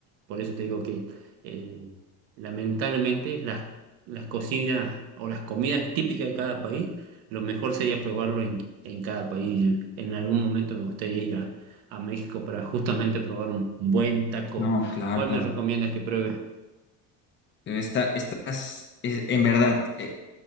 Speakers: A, on the right; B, on the left.
A: por eso te digo que eh, lamentablemente las, las cocinas o las comidas típicas de cada país, lo mejor sería probarlo en, en cada país. En algún momento me gustaría ir a, a México para justamente probar un buen taco.
B: No, claro,
A: ¿Cuál me recomiendas que pruebe?
B: Esta- estas, es- en verdad, eh,